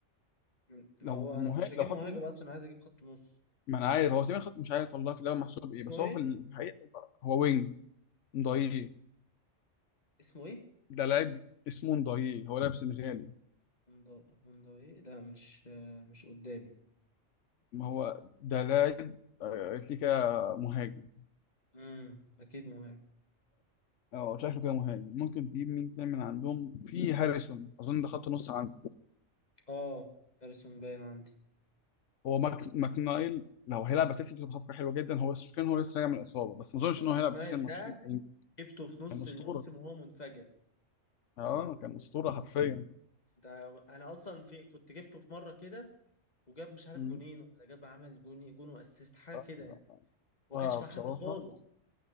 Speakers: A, on the left; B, on the left.
A: م- ما
B: لو
A: هو
B: مها...
A: انا مش هجيب
B: لو خط
A: مهاجم
B: مين
A: اصلا انا عايز اجيب خط نص
B: ما انا عارف هو تقريبا خط مش عارف والله في الاول محسوب ايه
A: اسمه
B: بس
A: ايه
B: هو في الحقيقه هو وينج نضاييه
A: اسمه ايه
B: ده لاعب اسمه نضاييه هو لاعب سنغالي
A: هوندا هوندا ايه لا مش آه، مش قدامي
B: ما هو ده لاعب آه، قلت لي كده مهاجم
A: امم اكيد مهاجم
B: اه شكله كده مهاجم ممكن تجيب مين تاني من عندهم في هاريسون اظن ده خط نص عنده
A: اه ارسون باين عندي
B: هو ماك ماكنايل لو هيلعب اساسي بتبقى صفقه حلوه جدا هو كان هو لسه راجع من الاصابه بس ما اظنش
A: انا
B: ان
A: ماكنايل
B: هو هيلعب اساسي الماتشين
A: ده
B: الجايين دول.
A: جبته في نص
B: كان اسطوره
A: الموسم وهو منفجر
B: اه كان اسطوره حرفيا
A: ده انا اصلا في كنت جبته في مره كده وجاب مش عارف
B: مم.
A: جونين ولا جاب عمل جوني جون واسيست حاجه
B: آه،
A: كده يعني وما
B: آه،
A: كانش مع
B: بصراحه
A: حد خالص